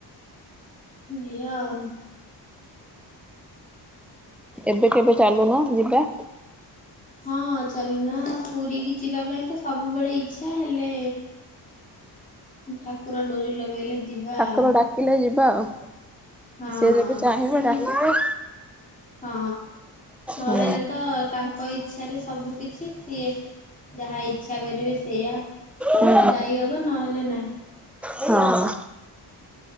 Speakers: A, on the left; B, in the centre.
A: ଏୟା ଆଉ।
B: ଏବେ କେବେ? ଚାଲୁନ ଯିବା।
A: ହଁ ଚାଲୁନା ପୁରୀ କିି ଯିବା ପାଇଁ ତ ସବୁବେଳେ ଇଚ୍ଛା ହେଲେ ଠାକୁର ଡୋରି ଲଗେଇଲେ ଯିବା
B: ଠାକୁର
A: ଆଉ
B: ଡାକିଲେ ଯିବା ଆଉ।
A: ହଁ
B: ସେ ଯେବେ ଚାହିଁବ
A: ସେମିତି
B: ଡାକିବେ।
A: ହଁ ନହେଲେ
B: ହୁଁ
A: ତ ତାଙ୍କ ଇଚ୍ଛାରେ ସବୁ କିଛି ସିଏ ଯାହା ଇଚ୍ଛା କରିବେ ସେଇଆ
B: ହୁଁ
A: ଯାଇହବ ନହେଲେ ନାହିଁ।
B: ହଁ